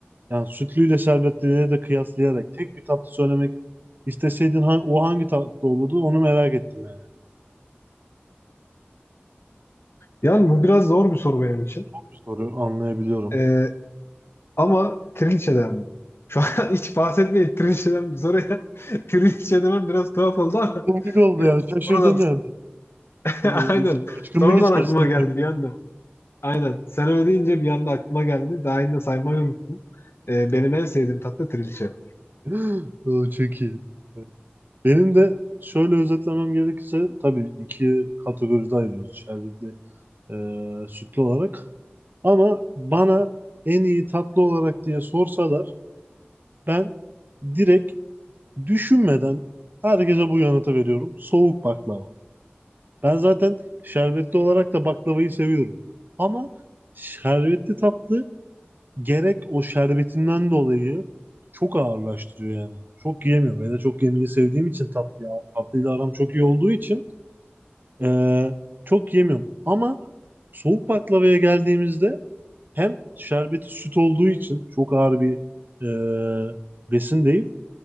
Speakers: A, on the right (about 50°); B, on the left (about 75°).
A: Yani sütlüyle şerbetlileri de kıyaslayarak tek bir tatlı söylemek isteseydin ha- o hangi tatlı olurdu onu merak ettim yani.
B: Yani bu biraz zor bir soru benim için.
A: Bir soru anlayabiliyorum.
B: Ee, ama trilçeden mi? Şu an <laughs> hiç bahsetmeyin trilçeden bu soruya. <laughs> Trilçe demem biraz tuhaf oldu ama
A: Komik
B: <laughs>
A: oldu
B: biraz
A: yani. Şaşırdım
B: sonradan
A: yani.
B: <laughs>
A: Ee,
B: aynen
A: Şaşkınlık
B: sonradan
A: içerisinde.
B: aklıma geldi bir anda. Aynen. Sen öyle deyince bir anda aklıma geldi. Daha yine saymayı unuttum. Ee, benim en sevdiğim tatlı trilçe.
A: <laughs> O çok iyi. Evet. Benim de şöyle özetlemem gerekirse tabii iki kategoride ayırıyoruz şerbetli e, sütlü olarak. Ama bana en iyi tatlı olarak diye sorsalar ben direkt düşünmeden herkese bu yanıtı veriyorum. Soğuk baklava. Ben zaten şerbetli olarak da baklavayı seviyorum. Ama şerbetli tatlı gerek o şerbetinden dolayı çok ağırlaştırıyor yani. Çok yiyemiyorum. Ve de çok yemeyi sevdiğim için tatlı, tatlıyla aram çok iyi olduğu için eee, çok yemiyorum. Ama soğuk baklavaya geldiğimizde hem şerbeti süt olduğu için çok ağır bir eee, besin değil.